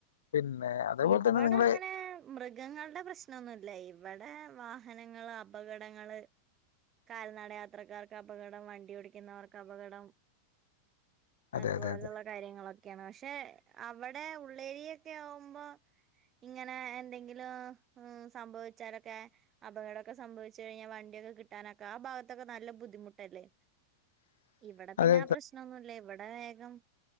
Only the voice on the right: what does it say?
ഇവിടെ
അങ്ങനെ മൃഗങ്ങളുടെ പ്രശ്നമൊന്നുമില്ല ഇവിടെ വാഹനങ്ങള് അപകടങ്ങള് കാൽനട യാത്രക്കാർക്ക് അപകടം വണ്ടി ഓടിക്കുന്നവർക്ക് അപകടം
അതുപോലുള്ള
കാര്യങ്ങളൊക്കെയാണ് പക്ഷെ അവിടെ ഉള്ളേരിയൊക്കെ ആകുമ്പോ ഇങ്ങനെ എന്തെങ്കിലും സംഭവിച്ചാലൊക്കെ അപകടൊക്കെ സംഭവിച്ചു കഴിഞ്ഞാൽ വണ്ടിയൊക്കെ കിട്ടാനൊക്കെ ആ ഭാഗത്തൊക്കെ നല്ല ബുദ്ധിമുട്ടല്ലേ
ഇവിടെ പിന്നെ
ആ പ്രശ്നോന്നുമില്ല ഇവിടെ വേഗം